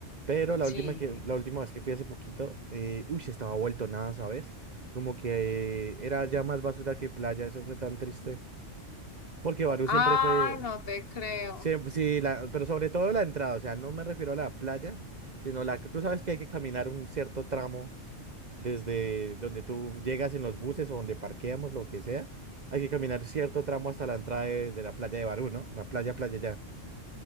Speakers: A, on the right; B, on the left.
A: pero la
B: sí.
A: última, que, la última vez que fui hace poquito, eh, uff, estaba vuelto nada, ¿sabes? Como que eh, era ya más basura que playa, eso fue tan triste. Porque Barú
B: Ay,
A: siempre fue,
B: no te creo.
A: siempre, sí, la, pero sobre todo la entrada, o sea, no me refiero a la playa, sino la que tú sabes que hay que caminar un cierto tramo desde donde tú llegas en los buses o donde parqueamos, lo que sea, hay que caminar cierto tramo hasta la entrada de, de la playa de Barú, ¿no? La playa, playa ya.